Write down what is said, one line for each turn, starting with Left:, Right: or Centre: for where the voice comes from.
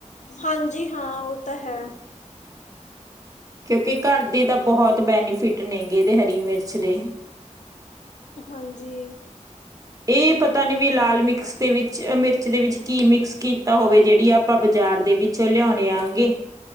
Left: ਹਾਂਜੀ ਹਾਂ ਉਹ ਤਾਂ ਹੈ
Right: ਕਿਉਂਕਿ ਘਰ ਦੀ ਤਾਂ ਬਹੁਤ ਬੈਨੀਫਿਟ ਟ ਨਗੇ ਦੇ ਹਰੀ ਮਿਰਚ ਦੇ
Left: ਹਾਂਜੀ
Right: ਇਹ ਪਤਾ ਨੀ ਵੀ ਲਾਲ ਮਿਕਸ ਦੇ ਵਿੱਚ ਮਿਰਚ ਦੇ ਵਿੱਚ ਕੀ ਮਿਕਸ ਕੀਤਾ ਹੋਵੇ ਜਿਹੜੀ ਆਪਾਂ ਬਾਜ਼ਾਰ ਦੇ ਵਿੱਚ ਲਿਆਉਣੇ ਹੇਗੇ